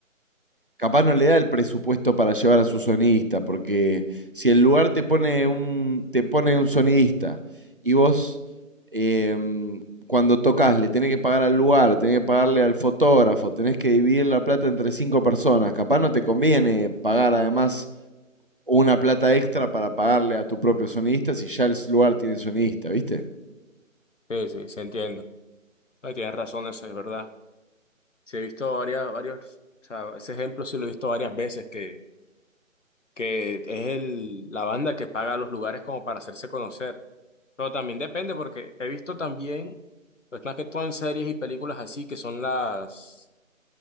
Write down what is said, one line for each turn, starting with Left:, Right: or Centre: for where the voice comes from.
Right: capaz no le da el presupuesto para llevar a su sonidista, porque si el lugar te pone un, te pone un sonidista y vos em, cuando tocas le tenés que pagar al lugar, tenés que pagarle al fotógrafo, tenés que dividir la plata entre cinco personas, capaz no te conviene pagar además una plata extra para pagarle a tu propio sonidista si ya el lugar tiene sonidista, ¿viste?
Left: Sí, sí, sí entiendo. Ay, tienes razón, eso es verdad. Sí, he visto varias, varios, o sea, ese ejemplo sí lo he visto varias veces, que, que es el, la banda que paga los lugares como para hacerse conocer. Pero también depende, porque he visto también, pues más que todo en series y películas así, que son las,